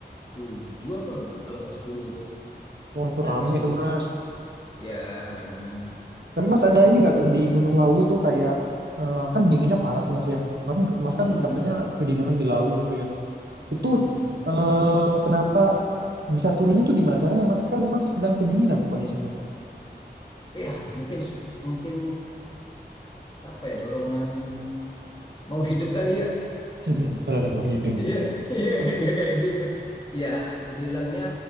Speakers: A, on the left (about 25°); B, on the right (about 75°).
A: tujuh apa enggak? kalau nggak sepuluh gitu
B: Wah itu
A: rame
B: rame
A: sih
B: itu Mas.
A: ya rame
B: Tapi Mas ada ini nggak di Gunung Lawu tuh kayak eh, kan dinginnya parah tuh Mas ya. Mas, kan- mas
A: Mm-mm.
B: kan katanya kedinginan di Lawu itu ya. Itu
A: Mm-mm.
B: eh, kenapa bisa turunnya itu gimana caranya Mas? Kan Mas sedang kedinginan tuh kondisinya.
A: ya mungkin mungkin apa ya dorongan mau hidup kali ya
B: <laughs> Orang mau hidup.
A: Iya, iya, iya, kayak gitu. Iya, bilangnya